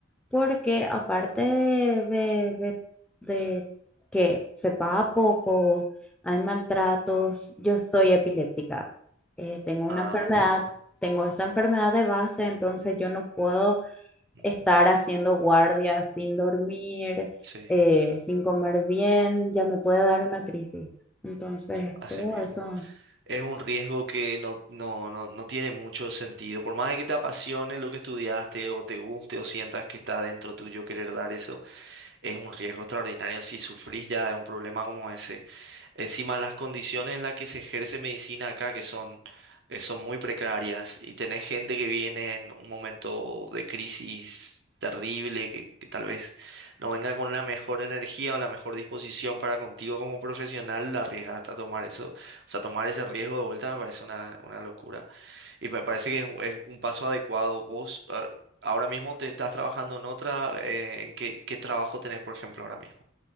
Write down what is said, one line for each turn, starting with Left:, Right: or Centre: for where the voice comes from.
Centre: Porque aparte de, de- de- de que se paga poco, hay maltratos, yo soy epiléptica. Eh, tengo una
Right: Ah,
Centre: enfermedad,
Right: claro.
Centre: tengo esa enfermedad de base, entonces yo no puedo
Right: Ujú.
Centre: estar haciendo guardia sin dormir,
Right: Sí,
Centre: eh, sin comer bien, ya me puede dar una crisis. Entonces,
Right: así
Centre: todo
Right: mismo.
Centre: eso
Right: es un riesgo que no, no, no, no tiene mucho sentido. Por más de que te apasione lo que estudiaste o te guste o sientas que está dentro tuyo querer dar eso es un riesgo extraordinario si sufrís ya de un problema como ese. Encima, las condiciones en las que se ejerce medicina acá, que son, eh, son muy precarias, y tenés gente que viene en un momento de crisis terrible, que, que tal vez no venga con la mejor energía o la mejor disposición para contigo como profesional, la arriesgaste a tomar eso. O sea, tomar ese riesgo de vuelta me parece una, una locura. Y me parece que es, un es un paso adecuado. Vos ah, ahora mismo te estás trabajando en otra, eh, ¿en qué, qué trabajo tenés, por ejemplo, ahora mismo?